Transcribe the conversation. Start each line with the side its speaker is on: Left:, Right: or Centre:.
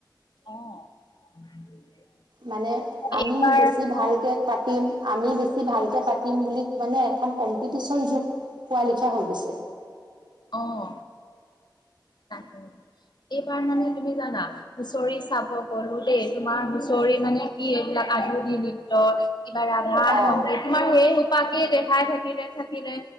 Left: অ', <unintelligible>
Right: মানে আমি
Left: এইবাৰ
Right: বেছি ভালকে
Left: অ',
Right: পাতিম আমি বেছি ভাল- পাতিম বুলি মানে এখন কম্পিটিচন যুগ হোৱা লিখিয়া হৈ গৈছে।
Left: অঁ। তাকে এইবাৰ মানে তুমি জানা হুঁচৰি চাব গলো দেই তোমাৰ হুঁচৰি মানে কি এইবিলাক আধুনিক নৃত্য কিবা ৰাধা
Right: অ',
Left: সংগীত, তোমাৰ সেইসোপাকেই দেখাই থাকিলে থাকিলে।